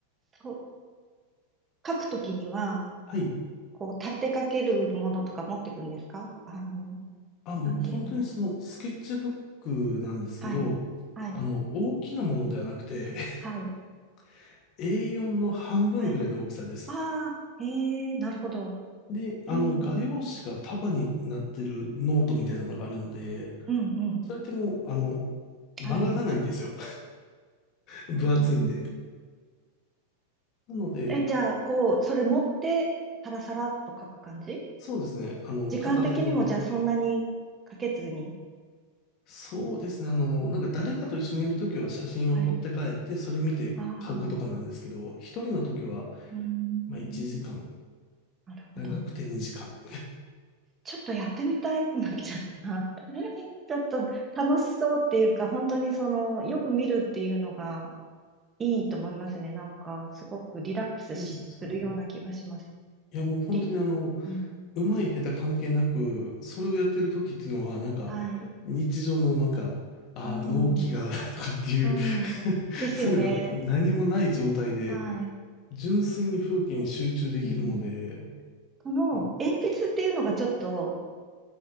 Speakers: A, on the right; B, on the left.
A: そう、書くときには、
B: <laughs> はい。
A: こう、立てかけるものとか持ってくんですかあの、
B: あ、もう本当にその、
A: なんていうのがあり。
B: スケッチブックなんですけど、
A: はい、はい、
B: あの、大きなものではなくて
A: はい、
B: <laughs> A4 の半分ぐらいの大きさです。
A: はい。ああ、ええ、なるほど。
B: で、あの、
A: うん、
B: 画用紙が束になってるノートみたいなのがあるので、
A: うん、うん。
B: それってもう、あの、曲がらないんですよ。
A: はい。うーん
B: 分厚いんで。なので、
A: え、じゃあ、こう、それ持って、サラサラっと書く感じ
B: そうですね。あの、
A: 時間的にも、
B: 片手で持って。
A: じゃあ、そんなにかけずに。
B: そうですね。あの、なんか誰かと一緒にいるときは写真を撮って帰って、
A: はい。
B: それ見て書くとかなんですけど、
A: ああ、
B: 一人のときは、
A: うーん。
B: まあ1時間、
A: なるほど。
B: 長くて2時間。
A: ちょっとやってみたくなっちゃった。<laughs> ちょっと楽しそうっていうか、本当にその、よく見るっていうのがいいと思いますね。なんか、すごくリラックスしするような気がします。
B: そうなんですよね。いや、もう本当にあの、
A: り、うん。
B: うまい下手関係なく、それをやってるときっていうのは、なんか、
A: はい。
B: 日常のなんか、ああ、
A: うん。
B: 納期が <laughs> とかっていう
A: うん。
B: <laughs>
A: ですよね。
B: そういうのが何もない状態で、
A: はい。
B: 純粋に風景に集中できるので、
A: うん。その鉛筆っていうのがちょっと
B: も